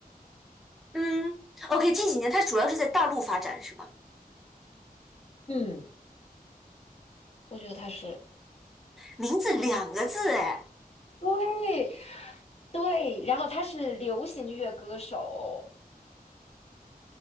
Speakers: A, in the centre; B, on the left.
A: 嗯，OK，近几年他主要是在大陆发展是吗？
B: 嗯，我觉得他是
A: 名字两个字哎，
B: 对对，然后他是流行乐歌手，